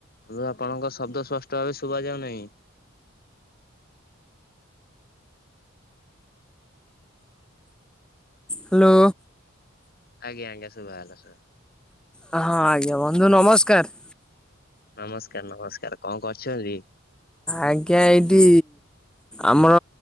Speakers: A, on the left; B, in the centre.
A: ବନ୍ଧୁ ଆପଣଙ୍କ ଶବ୍ଦ ସ୍ପଷ୍ଟ ଭାବେ ଶୁଭା ଯାଉନି।
B: ହ୍ୟାଲୋ।
A: ଆଜ୍ଞା ଆଜ୍ଞା ଶୁଭା ଗଲା ଶୁଭା ଗଲା।
B: ହଁ ହଁ ଆଜ୍ଞା ବନ୍ଧୁ ନମସ୍କାର।
A: ନମସ୍କାର ନମସ୍କାର କଣ କରୁଛନ୍ତି?
B: ଆଜ୍ଞା ଏଇଠି। ଆମର